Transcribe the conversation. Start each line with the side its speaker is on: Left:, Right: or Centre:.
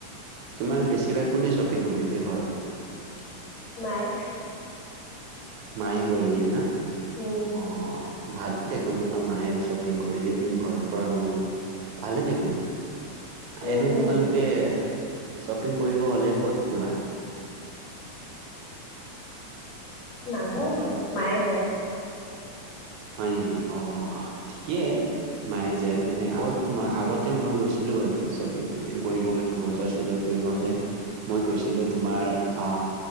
Right: তোমাৰ বেছিভাগ কোনে শ্বপিং কৰি দিয়ে ঘৰৰ?
Left: মায়ে
Right: মায়ে কৰি দিয়ে ন
Left: উম
Right: অ। ভালেই দেখোন তোমাৰ মায়ে শ্বপিং কৰি দিয়ে তুমি ঘৰৰ পৰা নোলোৱা, ভালে দেখোন।
Left: উম
Right: এনে তোমালোকে
Left: উম
Right: শ্বপিং কৰিব হ'লে ক'ত যোৱা?
Left: নাযাও মই মায়ে যায়।
Right: হয় নেকি অ ঠিকেই মায়ে যে মানে আগত মই আগতে মই গৈছিলোঁ বাৰু শ্বপিং তপিং কৰিবৰ কা ণে বজাৰ চজাৰ কৰিব হ'লে। মই গৈছিলো তোমাৰ অ